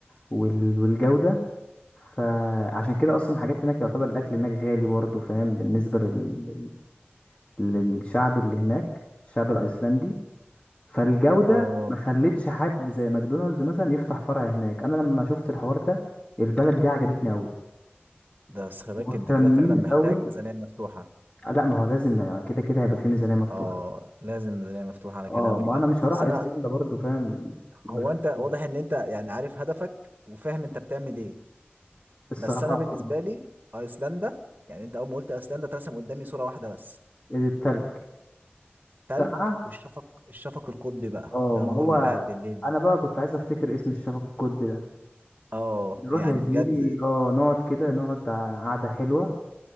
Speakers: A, on the left; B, on the right.
A: وال- والجودة فعشان كده اصلا الحاجات هناك يعتبر الاكل هناك غالي برضه فاهم بالنسبة لل... للشعب اللي هناك الشعب الايسلندي فالجودة
B: اه
A: ما خلتش حد زي ماكدونالدز مثلا يفتح فرع هناك انا لما شفت الحوار ده البلد دي عجبتني قوي
B: ده بس خلي بالك
A: مهتمين
B: انت كده فعلا محتاج
A: قوي
B: ميزانية مفتوحة
A: لا ما هو لازم كده كده هيبقى في ميزانية مفتوحة
B: اه لازم ميزانية مفتوحة على
A: اه
B: كلامك
A: ما
B: ده
A: انا مش هروح
B: بس
A: ايسلندا
B: انا
A: برضو فاهم من
B: هو
A: غير
B: انت واضح
A: فلوس.
B: ان انت يعني عارف هدفك وفاهم انت بتعمل ايه
A: الصراحة
B: بس انا بالنسبة
A: آه،
B: لي ايسلندا يعني انت اول ما قلت ايسلندا ترسم قدامي صورة واحدة بس
A: التلج
B: تلج
A: ساقعة
B: والشفق الشفق القطبي بقى
A: اه
B: الانوار
A: ما هو
B: بتاعت بالليل دي
A: انا بقى كنت عايز افتكر اسم الشفق القطبي ده
B: اه
A: نروح
B: يعني
A: يا زميلي
B: بجد
A: اه نقعد كده نقعد قعدة حلوة